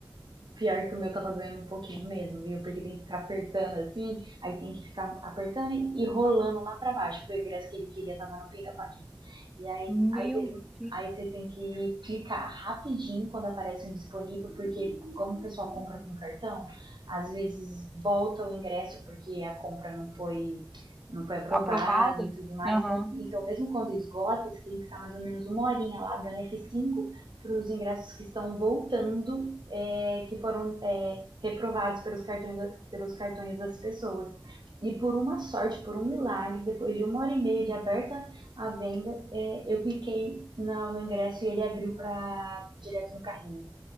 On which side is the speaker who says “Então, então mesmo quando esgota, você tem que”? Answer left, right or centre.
Right